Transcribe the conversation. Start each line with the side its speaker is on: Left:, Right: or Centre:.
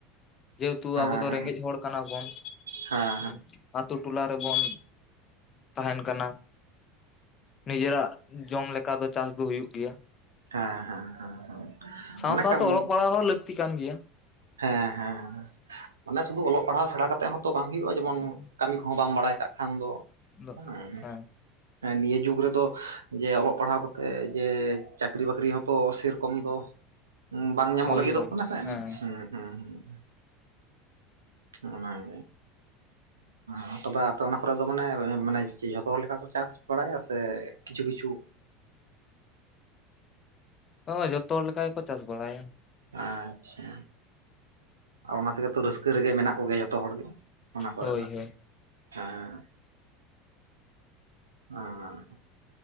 Left: ᱡᱮᱦᱮᱛᱩ
Right: ᱦᱮᱸ
Left: ᱟᱵᱚ ᱫᱚ
Right: ᱦᱮᱸ
Left: ᱨᱮᱸᱜᱮᱡ ᱦᱚᱲ ᱠᱟᱱᱟ ᱵᱚᱱ
Right: ᱦᱮᱸ
Left: ᱦᱩᱸ᱾ ᱟᱹ ᱛᱩ ᱴᱚᱞᱟ ᱨᱮᱵᱚᱱ ᱛᱟᱦᱮᱸᱱ ᱠᱟᱱᱟ᱾ ᱱᱤᱡᱮᱨᱟᱜ ᱡᱚᱢ ᱞᱮᱠᱟ ᱫᱚ ᱪᱟᱥ ᱫᱚ ᱦᱩᱭᱩᱜ ᱜᱮᱭᱟ᱾
Right: ᱦᱮᱸ ᱦᱮᱸ ᱦᱮᱸ ᱦᱮᱸ
Left: ᱥᱟᱶᱼᱥᱟᱶᱛᱮ
Right: ᱢᱟᱱᱮ ᱠᱟᱹᱢᱤ
Left: ᱚᱞᱚᱜ ᱯᱟᱲᱦᱟᱜ ᱦᱚᱸ ᱞᱟᱹᱠᱛᱤ ᱠᱟᱱ ᱜᱮᱭᱟ᱾
Right: ᱦᱮᱸ ᱦᱮᱸ ᱦᱮᱸ ᱢᱟᱱᱮ ᱥᱩᱫᱩ ᱚᱞᱚᱜ ᱯᱟᱲᱦᱟᱣ ᱥᱮᱬᱟ ᱠᱟᱛᱮ ᱦᱚᱸ-ᱼ ᱵᱟᱝ ᱦᱩᱭᱩᱜᱼᱟ ᱡᱮᱢᱚᱱ
Left: ᱦᱮᱸ
Right: ᱠᱟᱹᱢᱤ ᱠᱚᱦᱚᱸ ᱵᱟᱢ ᱵᱟᱲᱟᱭ ᱠᱟᱜ ᱠᱷᱟᱱ ᱫᱚ
Left: ᱫᱚ
Right: ᱦᱩᱸ᱾
Left: ᱦᱮᱸ
Right: ᱱᱤᱭᱟᱹ ᱡᱩᱜᱽ ᱨᱮᱫᱚ ᱡᱮ ᱚᱞᱚᱜ ᱯᱟᱲᱦᱟᱣ ᱠᱟᱛᱮᱜ ᱡᱮ ᱪᱟᱹᱠᱨᱤ ᱵᱟᱹᱠᱨᱤ ᱦᱚᱸᱛᱚ ᱥᱮᱨᱚᱠᱚᱢ ᱫᱚ ᱵᱟᱝ ᱧᱟᱢᱚᱜ
Left: ᱦᱳᱭ
Right: ᱞᱟᱹᱜᱤᱫᱚᱜ
Left: ᱦᱳᱭ
Right: ᱠᱟᱱᱟ ᱠᱟᱱᱟ
Left: ᱦᱮᱸ
Right: ᱥᱮ ᱦᱩᱸ ᱦᱩᱸ ᱦᱩᱸ᱾ ᱚᱱᱟ ᱜᱮ᱾ ᱦᱩᱸ ᱛᱚᱵᱮ ᱟᱯᱮ ᱚᱱᱟ ᱠᱚᱨᱮ ᱫᱚ ᱢᱟᱱᱮ ᱢᱟᱱᱮ ᱡᱷᱚᱛᱚ ᱦᱚᱲ ᱞᱮᱠᱟ ᱠᱚ ᱪᱟᱥ ᱵᱟᱲᱟᱭᱟ ᱥᱮ ᱠᱤᱪᱷᱩ ᱠᱤᱪᱷᱩ?
Left: ᱦᱳᱭ ᱡᱷᱚᱛᱚ ᱦᱚᱲ ᱞᱮᱠᱟ ᱜᱮᱠᱚ ᱪᱟᱥ ᱵᱟᱲᱟᱭᱟ᱾
Right: ᱟᱪᱷᱟ, ᱚᱱᱟ ᱛᱮᱜᱮ ᱛᱚ ᱨᱟᱹᱥᱠᱟᱹ ᱨᱮᱜᱮ ᱢᱮᱱᱟᱜ ᱠᱚᱜᱮᱭᱟ ᱡᱚᱛᱚ ᱦᱚᱲᱜᱮ? ᱚᱱᱟ ᱠᱚᱨᱮ
Left: ᱦᱳᱭ
Right: ᱫᱚ?
Left: ᱦᱳᱭ
Right: ᱦᱮᱸ᱾ ᱦᱚᱸ